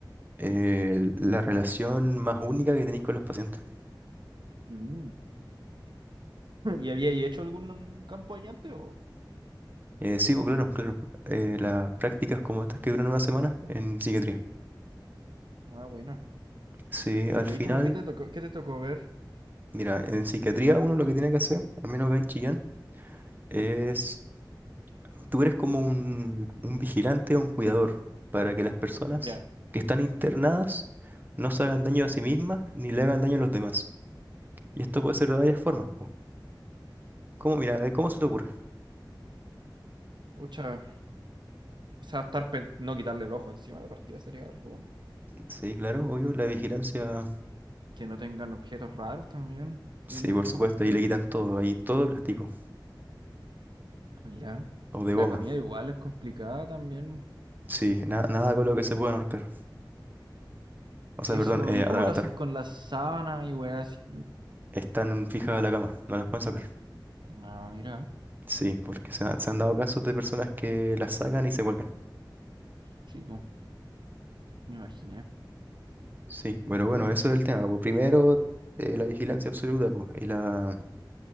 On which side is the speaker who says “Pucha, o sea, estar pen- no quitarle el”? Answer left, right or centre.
Right